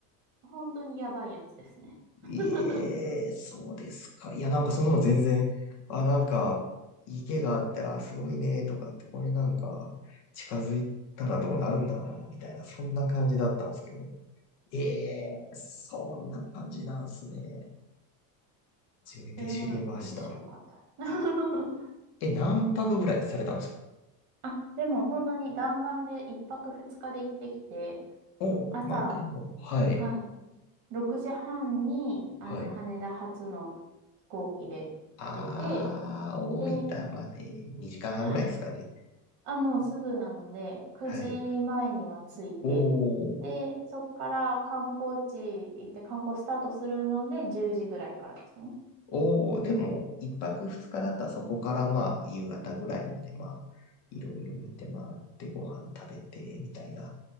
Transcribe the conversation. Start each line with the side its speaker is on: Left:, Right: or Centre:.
Right: う。本当にやばいやつですね。<laughs>
Left: ええ、そうですか。いや、なんかそんなの全然、あ、なんか、池があって、あ、すごいね、とかって、これなんか、近づいたらどうなるんだろう、みたいな、そんな感じだったんですけど。ええ、そんな感じなんですね。初めて知りました。
Right: それもなんか面白かったです。<laughs>
Left: え、何泊ぐらいされたんですか
Right: あ、でも本当に弾丸で一泊二日で行ってきて、
Left: お、
Right: 朝、
Left: まあでも、はい、
Right: はい、6時半に、あの、
Left: はい。
Right: 羽田発の飛行機で出て、
Left: あー、大分まで2時間半ぐらいですかね。
Right: で、はいあ、もうすぐなので、9時前には着いて、
Left: はい。お
Right: で、
Left: ー、
Right: そっから観光地行って観光スタートするので、10時ぐらいからでしたね。
Left: おー、でも、1泊2日だったらそこからまあ、夕方ぐらいまでまあ、いろいろ見て回ってご飯食べて、みたいな。